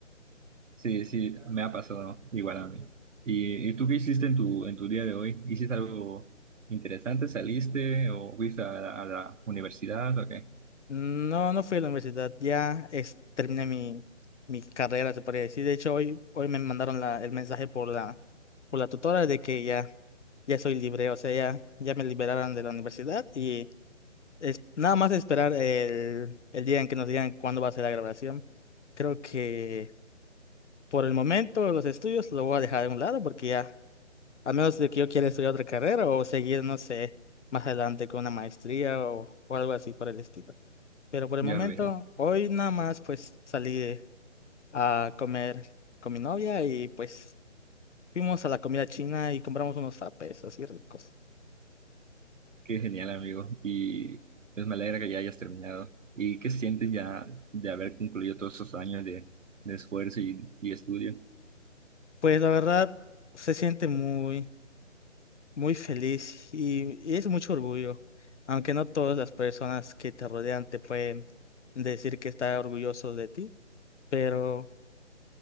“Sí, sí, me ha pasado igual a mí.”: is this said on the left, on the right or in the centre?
Right